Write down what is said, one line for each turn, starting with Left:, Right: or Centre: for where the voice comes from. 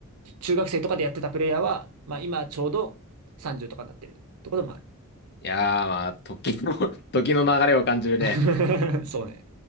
Right: 中学生とかでやってたプレイヤーは、まあ今ちょうど30とかになってるってこともあ
Left: いやー、まあ、時の、時の流れを感じるね。
Right: る。<laughs> そうね。